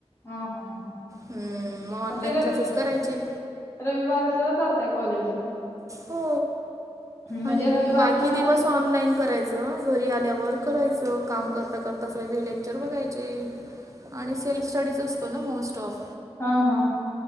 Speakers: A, on the left; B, on the right.
A: हा हा हा.
B: हम्म मग ऑनलाइन
A: ते र
B: क्लासेस करायचे.
A: रविवारचं जाताय कॉलेजला.
B: हो
A: म्हणजे
B: आणि
A: रविवारी
B: बाकी
A: पण
B: दिवस
A: आता सुट
B: ऑनलाईन. करायचं घरी आल्यावर करायचं, काम करता करता सगळे लेक्चर बघायचे. आणि सेल्फ स्टडीच असतो ना मोस्ट ऑफ.
A: हा हा हा